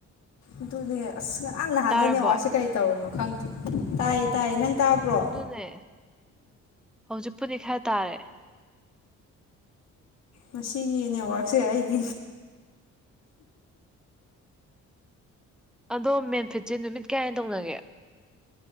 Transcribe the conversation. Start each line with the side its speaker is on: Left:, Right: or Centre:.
Left: ꯑꯗꯨꯅꯦ ꯑꯁ ꯉꯥꯔꯥꯡ ꯅꯍꯥꯟꯅꯩ
Centre: ꯇꯥꯔꯕꯣ
Left: ꯅꯦꯋꯥꯛꯁꯦ ꯀꯩ ꯇꯧꯔꯨꯅꯣ ꯈꯪꯗꯦ ꯇꯥꯏꯌꯦ ꯇꯥꯏꯌꯦ ꯅꯪ ꯇꯥꯕ꯭ꯔꯣ
Centre: ꯑꯗꯨꯅꯦ ꯍꯧꯖꯤꯛꯄꯨꯗꯤ ꯈꯔ ꯇꯥꯔꯦ
Left: ꯃꯁꯤꯒꯤ ꯅꯦꯠꯋꯥꯛꯁꯦ ꯑꯩꯗꯤ
Centre: ꯑꯗꯣ ꯃꯦꯟꯐꯤꯠꯁꯦ ꯅꯨꯃꯤꯠ ꯀꯌꯥꯅꯤ ꯇꯧꯅꯒꯦ